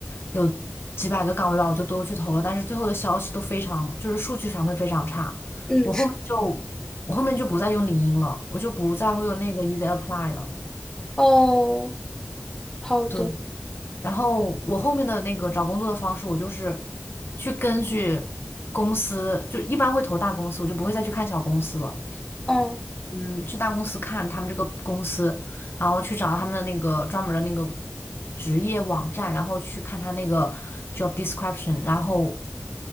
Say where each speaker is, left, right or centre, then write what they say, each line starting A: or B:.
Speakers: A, on the left; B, on the left.
A: 有几百个岗位吧，我就都去投了，但是最后的消息都非常，就是数据反馈非常差，
B: 嗯，
A: 我后面就
B: 是
A: 我后面就不再用领英了，我就不再会用那个 Easy Apply 了，
B: 哦，好的。
A: 对，然后我后面的那个找工作的方式，我就是去根据公司，就一般会投大公司，我就不会再去看小公司了。
B: 嗯。
A: 嗯，去大公司看他们这个公司，然后去找他们的那个专门的那个职业网站，然后去看他那个 job description，然后